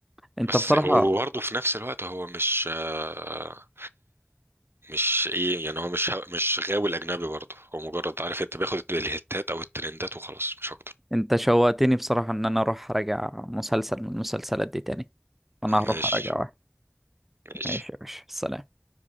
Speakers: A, in the centre; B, on the right.
A: انت
B: بس
A: بصراحة
B: وبرضه في نفس الوقت هو مش آه، مش ايه يعني هو مش مش غاوي الاجنبي برضه هو مجرد عارف انت بياخد الهتات او الترندات وخلاص مش اكتر
A: انت شوقتني بصراحة ان انا اروح اراجع مسلسل من المسلسلات دي تاني انا هروح
B: ماشي
A: اراجع واحد
B: ماشي
A: ماشي يا باشا سلام